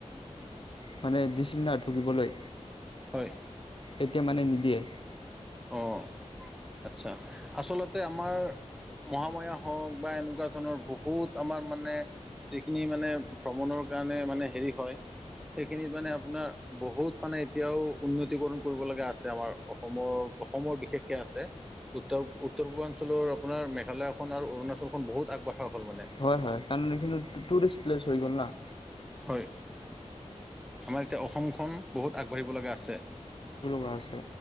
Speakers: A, on the left; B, in the centre.
A: মানে দিছিল না টুকিবলৈ?
B: হয়।
A: এতিয়া মানে নিদিয়ে।
B: অ আচ্ছা আচলতে আমাৰ মহাময়া হওক বা এনেকুৱা ধৰণৰ বহুত আমাৰ মানে যিখিনি মানে ভ্ৰমণৰ কাৰণে মানে হেৰি হয় সেইখিনিত মানে আপোনাৰ বহুত মানে এতিয়াও উন্নতিকৰণ কৰিব লগা আছে, আমাৰ অসমৰ অসমৰ বিশেষকে আছে, উত্তৰ উত্তৰ-পূৰ্বাঞ্চলৰ আপোনাৰ মেঘালয়খন আৰু অৰুণাচলখন বহুত আগবঢ়া হ'ল মানে
A: হয় হয় কাৰণ এইখিন টুৰিষ্ট প্লেচ হৈ গ'ল না।
B: হয়, আমাৰ এতিয়া অসমখন বহুত আগবাঢ়িব লগা আছে।
A: বাছে।